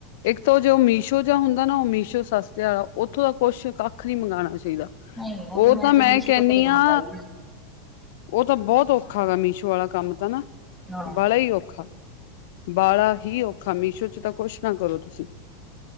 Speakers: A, on the left; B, in the centre.
A: ਇੱਕ ਤਾਂ ਉਹ ਜੋ ਮੀਸ਼ੋ ਜਾਂ ਹੁੰਦਾ ਤੁਹਾਨੂੰ ਮੀਸ਼ੌ ਸਸਤੇ ਆਲਾ ਹਮੇਸ਼ਾ ਉਥੋਂ ਦਾ ਕੁਝ ਕੱਖ ਨਹੀਂ ਮੰਗਾਣਾ ਚਾਹੀਦਾ
B: ਨਹੀਂ
A: ਉਹ ਤਾਂ ਮੈਂ
B: ਤੇ ਮੀਸ਼ੋ
A: ਕੈਨੀ
B: ਤੋਂ ਕਦੇ
A: ਆ
B: ਮੰਗਾਈ ਨੀ
A: ਉਹ ਤਾਂ ਬਹੁਤ ਔਖਾ ਗਾ ਮੀਸ਼ੋ ਵਾਲਾ ਕੰਮ ਤਾਂ ਨਾ
B: ਹਾਂ।
A: ਬਾਲਾ ਹੀ ਔਖਾ ਬਾਲਾ ਹੀ ਔਖਾ ਮੀਸ਼ੋ ਚ ਤਾਂ ਕੁਛ ਨਾ ਕਰੋ ਤੁਸੀਂ